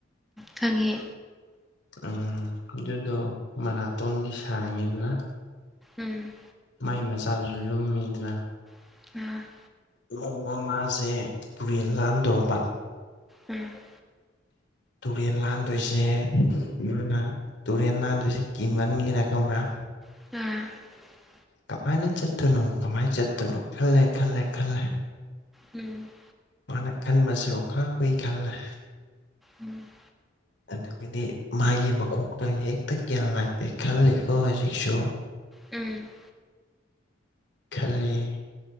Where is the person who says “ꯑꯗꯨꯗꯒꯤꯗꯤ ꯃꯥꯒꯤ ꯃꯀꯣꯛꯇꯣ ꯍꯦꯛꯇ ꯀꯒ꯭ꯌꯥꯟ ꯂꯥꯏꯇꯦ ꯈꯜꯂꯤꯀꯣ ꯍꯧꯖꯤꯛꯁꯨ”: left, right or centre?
Left